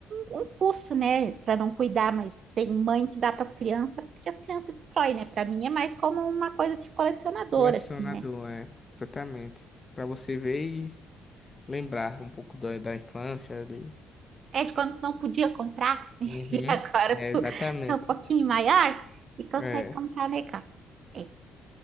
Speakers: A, on the right; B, on the left.
A: um custo, né? Pra não cuidar, mas tem mãe que dá pras crianças, porque as crianças destroem, né? Pra mim é mais como uma coisa de colecionador,
B: Colecionador,
A: assim, né?
B: é, exatamente. Para você ver e lembrar um pouco da, da infância ali.
A: É de quando tu não podia comprar <laughs> e
B: Uhum.
A: agora
B: É,
A: tu
B: exatamente.
A: tá um pouquinho maior e consegue
B: É,
A: comprar legal. É,